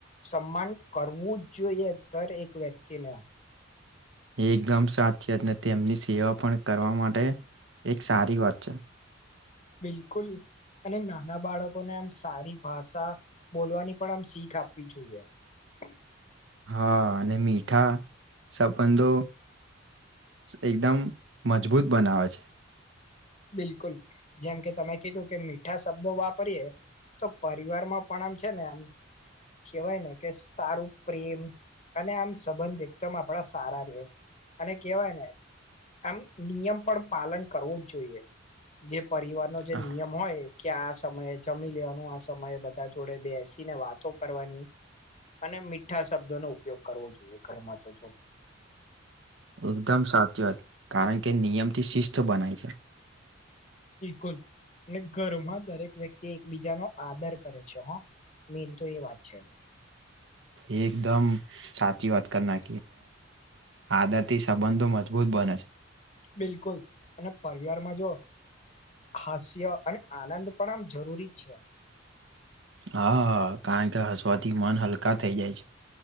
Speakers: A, on the left; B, on the right.
A: સન્માન કરવું જ જોઈએ દ એક એક, વ્યક્તિને
B: એકદમ સાચીત, તેમની સેવા પણ કરવા માટે એક સારી વાત છે.
A: બિલકુલ. અને નાના બાળકોને આમ સારી ભાષા બોલવાની પણ આમ શીખ આપવી જોઈએ. <unintelligible>
B: હા, અને મીઠા સબંધો એકદમ મજબૂત, બનાવે છે.
A: બિલકુલ, જેમ કે તમે કીધું કે મીઠા શબ્દો વાપરીયએ તો પરિવારમાં પણ આમ છે, ને આમ કહેવાય ને કે સારું પ્રેમ અને આમ સંબંધિત, એકદમ આપડા સારા રે અને કેવાય ને. આમ નિયમ, પણ પાલન કરવુ જ જોઈએ, જે પરિવારનો જે
B: આહ,
A: નિયમ હોય. કે આ સમયે જમી લેવાનુ આ સમયે, બધા જોડે બેસીને વાતો કરવાની અને મીઠા, શબ્દો નો ઉપયોગ કરવો જોઈએ ઘરમાં તો જો
B: એકદમ સાચી વાત કારણ, કે નિયમથી શિસ્ત બનાય છે.
A: બિલકુલ અને ઘરમા દરેક વ્યક્તિ એકબીજાનો આદર કરે છે, હા મેન તો એ વાત છે.
B: એકદમ, સાચી વાત કરના આદર થી સંબંધો, મજબૂત બને છે.
A: બિલકુલ, અને પરિવારમાં જો હાસ્ય અને આનંદ પણ આમ જરૂરી છે.
B: હા હ, કારણ કે હસવાથી, મન હલકા થઈ જાય છે.